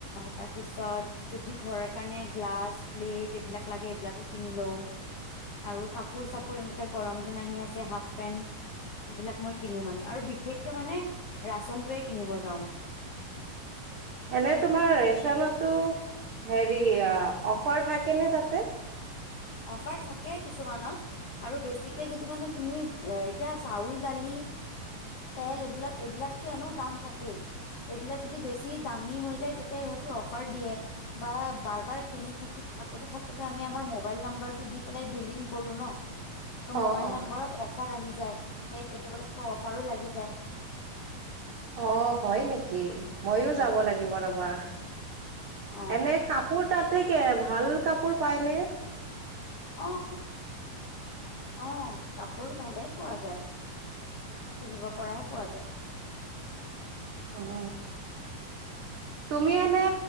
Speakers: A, on the left; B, on the right.
A: তাৰপিছত যদি ঘৰৰ কাৰণে গ্লাছ, প্লেট এইবিলাক লাগে এইবিলাক ও কিনি লওঁ আৰু কাপোৰ চাপোৰ এনে গৰম দিন আহি আছে হাফ পেন্ট এইবিলাক মই কিনো মানে আৰু বিশেষকে মানে ৰাচনটোৱে কিনিব যাওঁ মই।
B: এনে তোমাৰ ৰেচনতো হেৰি অফাৰ থাকেনে তাতে?
A: অফাৰ থাকে কিছুমানত আৰু বেছিকে যদি মানে তুমি এতিয়া চাউল, দালি, তেল এইবিলাক এইবিলাকতো এনেও দাম থাকেই। এইবিলাক যদি বেছি দামী হৈ যায় তেতিয়া সহঁতি অফাৰ দিয়ে বা বাৰ বাৰ কিনি থাকি থাকোতে থাকোতে আমি আমাৰ। মোবাইল নম্বৰটো দি পেলাই বিলিং কৰো ন। ত' মোবাইল
B: অ', অ',
A: নম্বৰত অফাৰ আহিয যায় হেই কেতিয়াবা কেতিয়াবা অফাৰো লাগি যায়।
B: অ' হয় নেকি? ময়ো
A: উম
B: যাব লাগিব ৰবা।
A: অ
B: এনে কাপোৰ তাত? <unintelligible> ভাল কাপোৰ পাইনে?
A: আহ আহ কাপোৰ ভালেই পোৱা যায়। পিন্ধিব পৰাই পোৱা যায়।
B: অহ তুমি এনে